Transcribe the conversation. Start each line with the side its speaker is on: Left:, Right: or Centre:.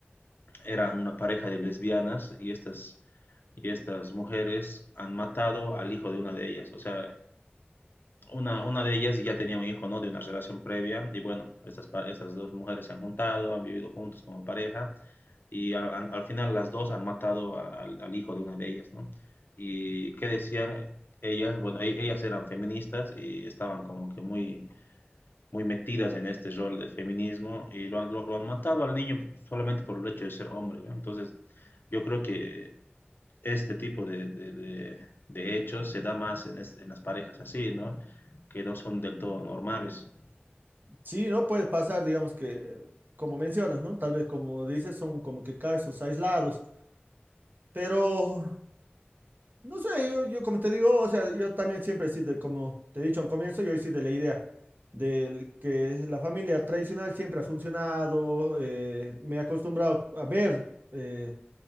Left: eran una pareja de lesbianas y estas, y estas mujeres han matado al hijo de una de ellas. O sea, una, una de ellas ya tenía un hijo, ¿no? De una relación previa y bueno, estas, pa- estas dos mujeres se han juntado, han vivido juntos como pareja y al, al- al final las dos han matado a- al, al hijo de una de ellas, ¿no? Y qué decían ellas, bueno, e- ellas eran feministas y estaban como que muy muy metidas en este rol de feminismo y lo han, lo, lo han matado al niño solamente por el hecho de ser hombre. ¿no? Entonces, yo creo que este tipo de, de, de, de hechos se da más en, es, en, las parejas así, ¿no? Que no son del todo normales.
Right: sí, ¿no? Puede pasar, digamos que, como mencionas, ¿no? Tal vez como dices, son como que casos aislados, pero No sé, yo, yo como te digo, o sea, yo también siempre he sido, como te he dicho al comienzo, yo he sido de la idea de que la familia tradicional siempre ha funcionado, eh, me he acostumbrado a ver. eh,